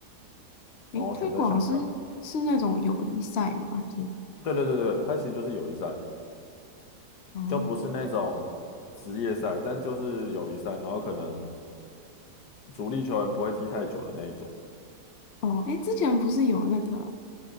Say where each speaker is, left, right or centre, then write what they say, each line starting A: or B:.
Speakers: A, on the left; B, on the left.
A: 诶，
B: 然后选在香港。
A: 推广是是那种友谊赛吗？还是？
B: 对对对对，它其实就是友谊赛，
A: 哦
B: 就不是那种职业赛，但就是友谊赛，然后可能主力球员不会踢太久的那一种。
A: 哦，诶，之前不是有那个